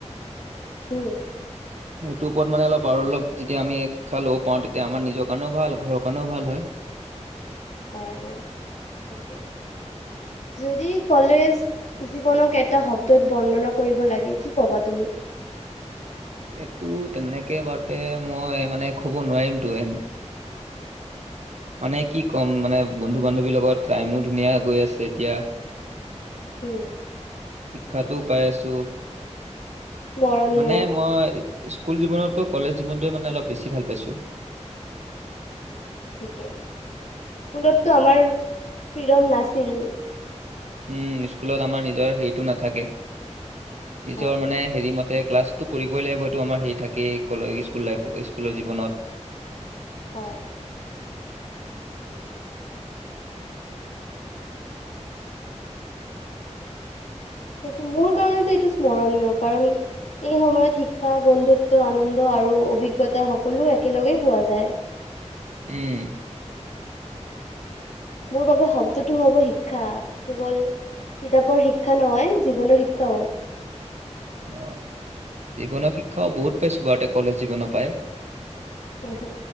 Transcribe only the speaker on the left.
উম।
হয়, হয়, ঠিকেই। যদি কলেজ জীৱনক এটা শব্দত বৰ্ণনা কৰিব লাগে, কি ক'বা তুমি?
হম।
স্মৰণীয়
ঠিকে, স্কলততো আমাৰ ফ্ৰীডম নাছিল।
হয়
হয়। সেইটো মোৰ কাৰণতো এইটো স্মৰণীয় কাৰণ এই সময়ত শিক্ষা বন্ধুত্ব আনন্দ আৰু অভিজ্ঞতা সকলো একেলগেই পোৱা যায়।
মোৰ বাবে শব্দটো হ'ব শিক্ষা কেৱল কিতাপৰ শিক্ষা নহয়, জীৱনৰ শিক্ষাও।
হেহে